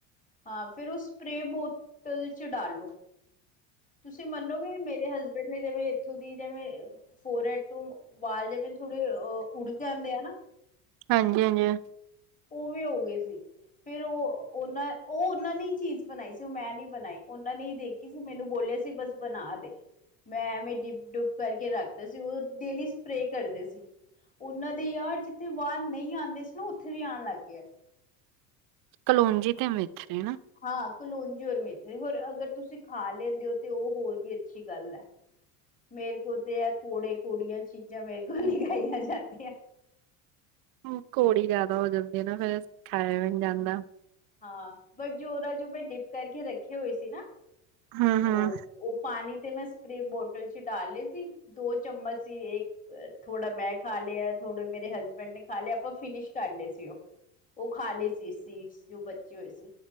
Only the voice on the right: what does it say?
ਹਾਂਜੀ ਹਾਂਜੀ
ਕਲੋਂਜੀ ਤੇ ਮੇਥਰੇ ਨਾ
ਹ ਘੋੜੀ ਜਿਆਦਾ ਹੋ ਜਾਂਦੀ ਆ ਨਾ ਫੇਿਰ ਖਾਾਇਆ ਵੀ ਨਹੀਂ ਜਾਂਦਾ
ਹੂੰ ਹੂੰ